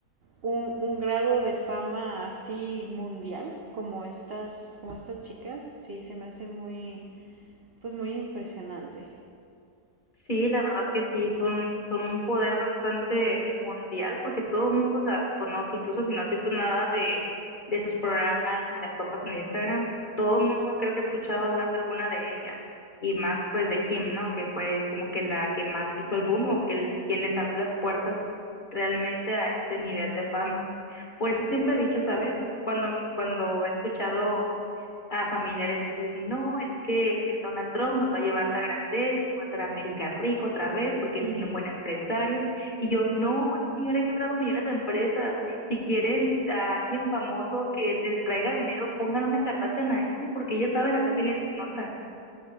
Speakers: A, on the right (about 55°); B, on the left (about 30°).
A: un, un grado de fama así mundial, como estas, como estas chicas, sí, se me hace muy, pues muy impresionante.
B: Sí, la verdad que sí, son, son un poder bastante mundial porque todo el mundo las conoce, incluso si no has visto nada de, de sus programas ni las topas en Instagram, todo el mundo creo que ha escuchado hablar de alguna de ellas y más pues de Kim, ¿no? Que fue como que la que más hizo el boom o que el- quien les abrió las puertas realmente a este nivel de fama. Por eso siempre he dicho, ¿sabes? Cuando, cuando he escuchado a familiares decir, no, es que Donald Trump nos va a llevar a la grandeza, va a hacer a América rico otra vez porque él
A: Ujú.
B: es un buen empresario. Y yo, no, ese señor, ha quebrado millones de empresas. Si quieren a alguien famoso que les traiga dinero, pongan una Kardashian ahí porque ellas saben hacer dinero y se nota.